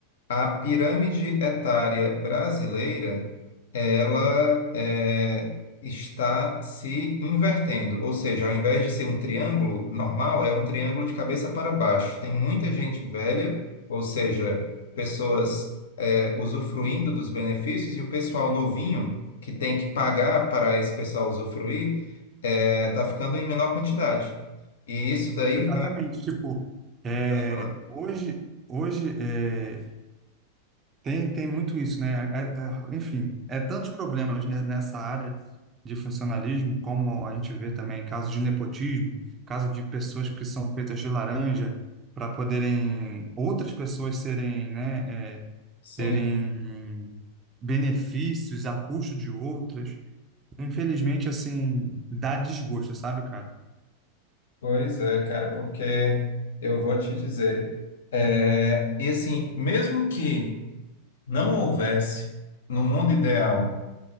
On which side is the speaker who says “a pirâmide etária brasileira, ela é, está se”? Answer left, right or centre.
Left